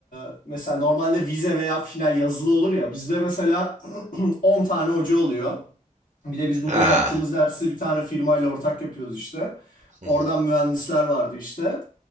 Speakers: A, on the left; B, on the right.
A: e, mesela normalde vize veya final yazılı olur ya. Bizde mesela <clears throat> 10 tane hoca oluyor. Bir de biz bugün
B: Ha.
A: yaptığımız dersi bir tane firmayla ortak yapıyoruz işte.
B: Hı hı,
A: Oradan mühendisler vardı işte.